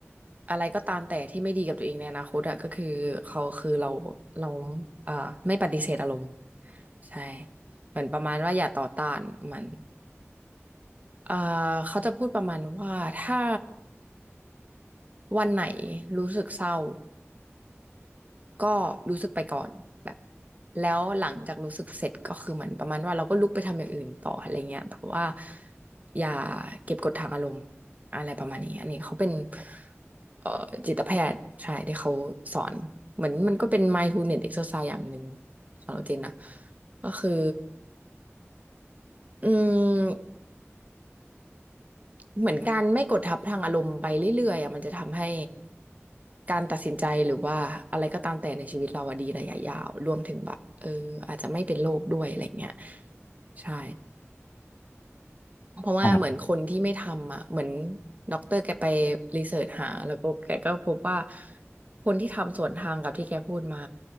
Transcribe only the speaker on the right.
อะไรก็ตามแต่ที่ไม่ดีกับตัวเองในอนาคตอ่ะก็คือเขาคือเราเราเอ่อไม่ปฏิเสธอารมณ์ใช่เหมือนประมาณว่าอย่าต่อต้านมันเอ่อเขาจะพูดประมาณว่าถ้าวันไหนรู้สึกเศร้า ก็รู้สึกไปก่อนแบบแล้วหลังจากรู้สึกเสร็จก็คือเหมือนประมาณว่าเราก็ลุกไปทำอย่างอื่นต่ออะไรเงี้ยแต่ว่าอย่าเก็บกดทางอารมณ์อะไรประมาณนี้อันนี้เขาเป็นเอ่อจิตแพทย์ใช่ที่เขาสอนเหมือนมันก็เป็น mindfulness exercise อย่างหนึ่งสำหรับเจนนะก็คืออืม เหมือนการไม่กดทับพลังอารมณ์ไปเรื่อยๆอ่ะมันจะทำให้การตัดสินใจหรือว่าอะไรก็ตามแต่ในชีวิตเราอะดีระยะยาวรวมถึงแบบเอออาจจะไม่เป็นโรคด้วยอะไรเงี้ยใช่เพราะว่าเหมือนคนที่ไม่ทำอ่ะเหมือน
ด็อกเตอร์แกไปรีเสิร์ชหาแล้วก็แกก็พบว่าคนที่ทำสวนทางกับที่แกพูดมา